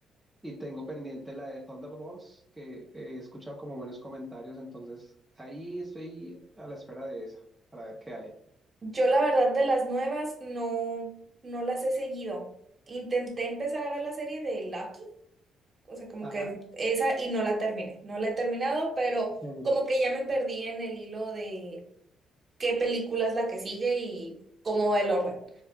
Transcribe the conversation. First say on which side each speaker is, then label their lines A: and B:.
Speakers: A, in the centre; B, on the right (about 35°).
A: Y tengo pendiente la de Thunderbolts, que he escuchado como buenos comentarios, entonces ahí estoy a la espera de esa, para ver qué hay.
B: Yo la verdad de las nuevas no, no las he seguido. Intenté empezar a ver la serie de Lucky, o sea, como
A: Ajá.
B: que esa y no la terminé. No la he terminado, pero
A: Sí,
B: como que ya me perdí en el hilo de qué película es la que sigue y cómo va el orden.